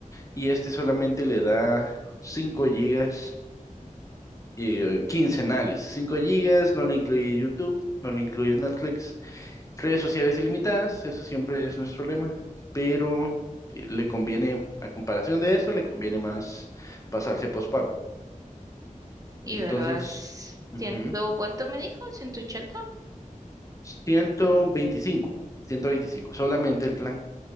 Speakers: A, on the left (about 25°); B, on the right (about 25°).
A: y este solamente le da 5 gigas eh, quincenales. cinco gigas, no le incluye YouTube, no le incluye Netflix, redes sociales ilimitadas, eso siempre es nuestro lema, pero eh, le conviene, a comparación de eso, le conviene más pasarse a postpago.
B: Y
A: Entonces,
B: verdad, Es
A: ujú,
B: ciento, ¿cuánto me dijo? ciento ochenta
A: ciento veinticinco ciento veinticinco, solamente el plan,